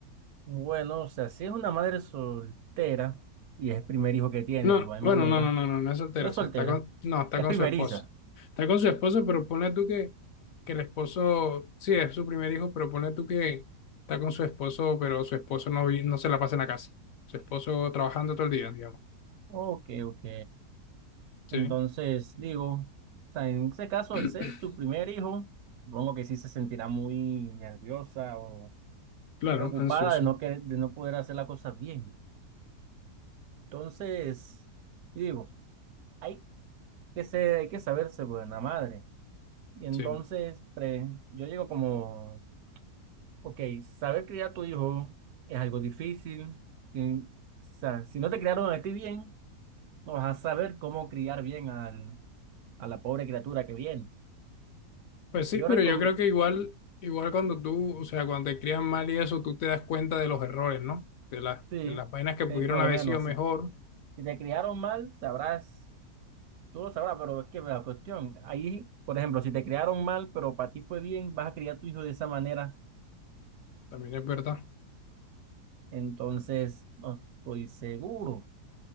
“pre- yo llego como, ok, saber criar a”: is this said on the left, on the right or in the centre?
Right